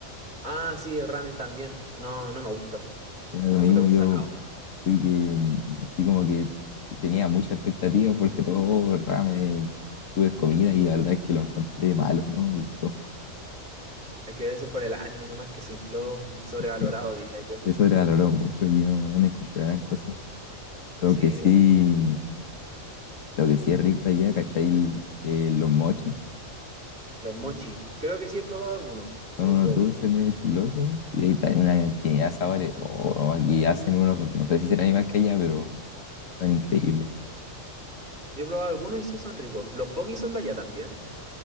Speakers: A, on the right; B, on the left.
A: Ah, sí, el ramen también. No, no me gusta.
B: Yo, lo
A: Lo
B: mismo,
A: encuentro muy
B: yo
A: salado.
B: fui que, mm, sí, como que tenía mucha expectativa porque todo el ramen, tuve comida y la verdad es que lo encontré malo, no me gustó.
A: Es que debe ser por el anime nomás que se infló, sobrevalorado,
B: Sí,
A: diría yo.
B: se sobrevaloró mucho y no, no le encontré gran cosa. Lo
A: Sí,
B: que sí.
A: no.
B: Lo que sí es rico allá, ¿cachai? El- eh, los mochi
A: Los mochi. Creo que sí he probado algunos,
B: son
A: uno
B: unos
A: que otro.
B: dulces medio chiclosos y hay pa- una infinidad de sabores. O aquí hacen unos, no sé si serán igual que allá, pero son increíbles.
A: Yo he probado algunos y sí son ricos. Los pokis son de allá también.